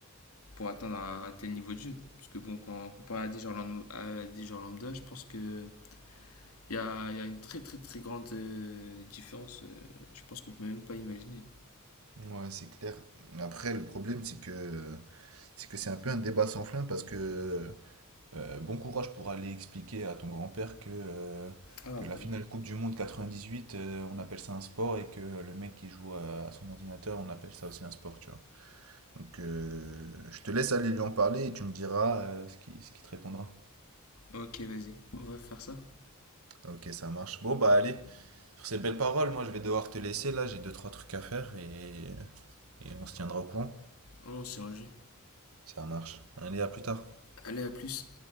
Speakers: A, on the left; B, on the right.
A: pour atteindre un, un tel niveau de jeu. Parce que, bon, quand comparé à des joueurs lambda, à des joueurs lambda, je pense que il y a, il y a une très, très, très grande euh, différence. euh, je pense qu'on peut même pas imaginer.
B: Ouais, c'est clair. Après, le problème, c'est que c'est que c'est un peu un débat sans fin parce que Euh, bon courage pour aller expliquer à ton grand-père que, euh,
A: Ah,
B: que
A: bah...
B: la finale Coupe du Monde 98, euh, on appelle ça un sport et que le mec qui joue à, à son ordinateur, on appelle ça aussi un sport, tu vois. Donc euh, je te laisse aller lui en parler et tu me diras euh, ce qui, ce qui te répondra.
A: Ok, vas-y, on va faire ça.
B: Ok, ça marche. Bon, bah allez, sur ces belles paroles, moi je vais devoir te laisser là, j'ai deux, trois trucs à faire et, et on se tiendra au courant.
A: On s'est un
B: Ça marche. Allez, à plus tard.
A: Allez, à plus.